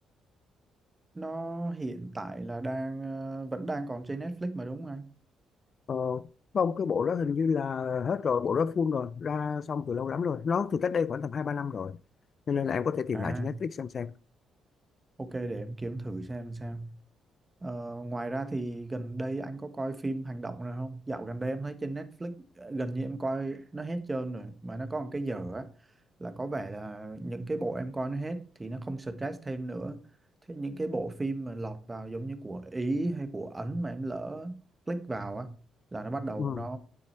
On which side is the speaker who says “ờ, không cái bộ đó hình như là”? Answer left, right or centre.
Left